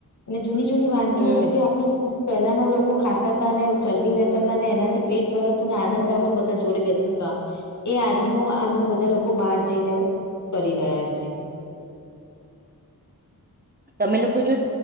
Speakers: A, on the left; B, on the right.
A: અને જૂની જૂની વાનગીઓ
B: હમ
A: કે જે આપણે પહેલાના લોકો લોકો ખાતા હતા ને ચલવી લેતા હતા ને એનાથી પેટ પરતુંને આનંદ આવતો બધા જોડે બેસે ને ક એ આજનો આનંદ બધા લોકો બહાર જઈને કરી રહ્યા છે.
B: તમે લોકો જોજ